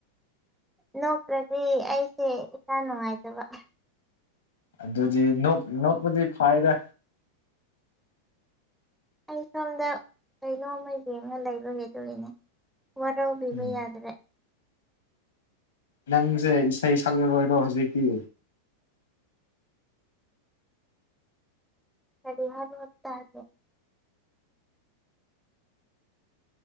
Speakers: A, in the centre; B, on the left.
A: ꯅꯣꯛꯇ꯭ꯔꯗꯤ ꯑꯩꯁꯦ ꯏꯁꯥ ꯅꯨꯡꯉꯥꯏꯇꯕ
B: ꯑꯗꯨꯗꯤ ꯅꯣꯛ ꯅꯣꯛꯄꯗꯤ ꯐꯥꯏꯔꯦ
A: ꯑꯩ ꯁꯣꯝꯗ ꯀꯩꯅꯣꯝꯃ ꯌꯦꯡꯉ ꯂꯩꯕꯒꯤ ꯑꯗꯨꯒꯤꯅꯦ ꯋꯥꯔꯧꯕꯤꯕ
B: ꯎꯝ
A: ꯌꯥꯗ꯭ꯔꯦ
B: ꯅꯪꯁꯦ ꯏꯁꯩ ꯁꯛꯂꯔꯣꯏꯔꯣ ꯍꯧꯖꯤꯛꯇꯤ
A: ꯀꯔꯤ ꯍꯥꯏꯕꯅꯣ ꯇꯥꯗꯦ